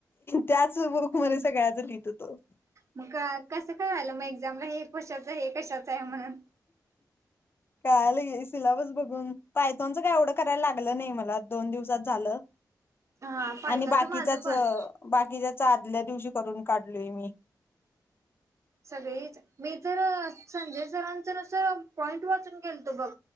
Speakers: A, on the left; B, on the right.
A: त्याच बुक
B: हम्म
A: मध्ये सगळ्याच लिहित होतो.
B: मग का कसं काय आलं मग एक्झामला हे कशाच हे कशाच आहे म्हणून.
A: कळालं की सिलाबस बघून, पायथोनचं काय एवढं करायला लागलं नाही मला दोन दिवसात झालं.
B: हा पायथॉनचं
A: आणि बाकीच्याच
B: माझं पण
A: बाकीच्याच आदल्या दिवशी करून काढलोय मी.
B: सगळीच मी तर संजय सरांच नुसर पॉइंट वाचून गेलतो बघ.